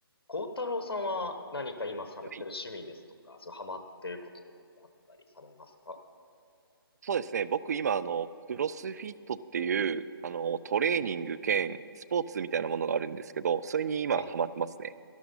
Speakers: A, on the left (about 70°); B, on the right (about 40°).
A: 孝太郎さんは何か今されてる趣味ですとか、
B: い。
A: そう、ハマってることとかってあったりされますか
B: そうですね。僕今、あの、クロスフィットっていう、あの、トレーニング兼スポーツみたいなものがあるんですけど、それに今ハマってますね。
A: え